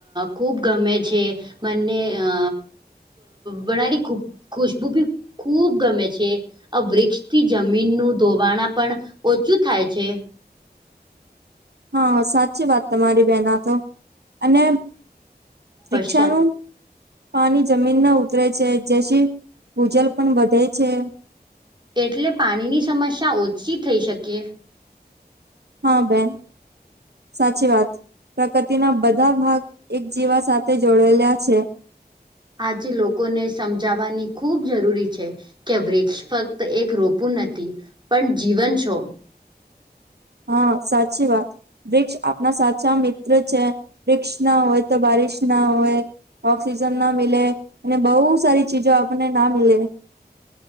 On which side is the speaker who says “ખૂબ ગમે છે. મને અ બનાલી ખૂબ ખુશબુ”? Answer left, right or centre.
Right